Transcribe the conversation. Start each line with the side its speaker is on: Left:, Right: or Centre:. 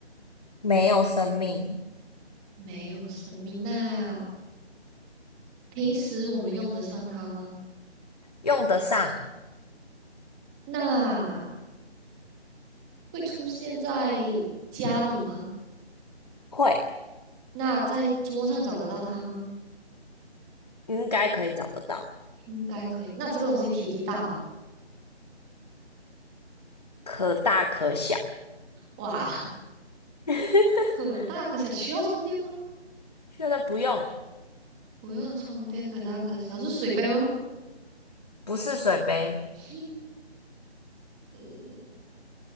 Left: 没有生命，
Centre: 没有生命。那平时我们用得上它吗？
Left: 用得上，
Centre: 那会出现在家里吗？
Left: 会，
Centre: 那在桌上找得到它吗？
Left: 应该可以找得到，
Centre: 应该可以。那这个东西体积大吗？
Left: 可大可小。
Centre: 哇，
Left: <laughs>
Centre: 可大可小，需要充电吗？
Left: 确认不用，
Centre: 不用充电，可大可小，是水杯吗？
Left: 不是水杯，
Centre: <laughs> 嗯，